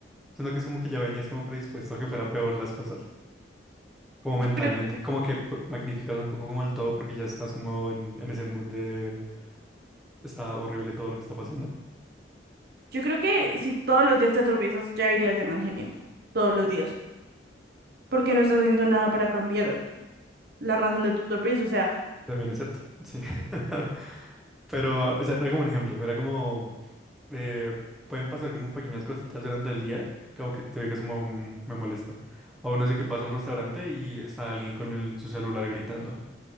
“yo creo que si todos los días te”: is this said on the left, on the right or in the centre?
Right